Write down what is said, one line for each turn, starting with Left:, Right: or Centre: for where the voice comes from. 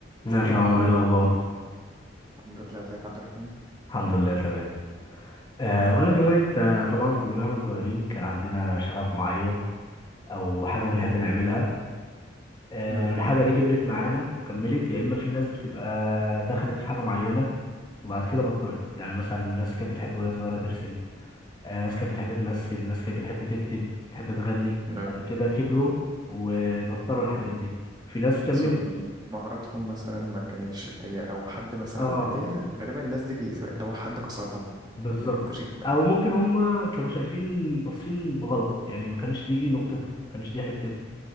Left: ازيك يا عمر ايه الاخبار
Right: الحمد لله ازيك يا عبد الرحمن
Left: الحمد لله تمام أه بقول لك يا عمر انت طبعا كلنا واحنا صغيرين كان عندنا شغف معين او حاجه بنحب نعملها أه
Right: نعم
Left: والحاجه دي كبرت معانا وكملت يا اما في ناس بتبقى دخلت في حاجه معينه وبعد كده بطلت يعني مثلا ناس كانت بتحب وهي صغيره ترسم أه ناس كانت بتحب تمثل ناس كانت بتحب تكتب بتحب تغني
Right: نعم
Left: بعد كده كبروا وبطلوا الحاجات
Right: مم.
Left: دي في ناس كملت
Right: حاسس إن مهاراتهم مثلا ما كانتش اللي هي او حد مثلا
Left: اه
Right: اللي هي غالبا الناس دي بيبقى اللي هو حد كسرهم
Left: بالظبط
Right: ما بيحبوش الكلام
Left: او ممكن هم كانوا شايفين باصين غلط يعني ما كانش دي نقطته ما كانش دي حتته ما